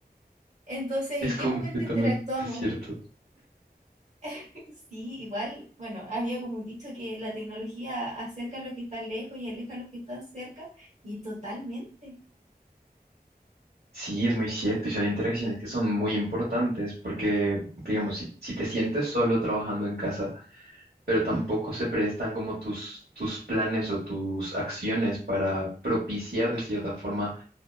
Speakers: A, on the right; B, on the right.
A: Entonces,
B: Es
A: ¿en qué
B: completamente
A: momento interactuamos?
B: cierto.
A: <laughs> Sí, igual, bueno, había como un dicho que la tecnología acerca a los que están lejos y aleja a los que están cerca, y totalmente.
B: Sí, es muy cierto, y son interacciones que son muy importantes porque, digamos, si, si te sientes solo trabajando en casa, pero tampoco se prestan como tus, tus planes o tus acciones para propiciar de cierta forma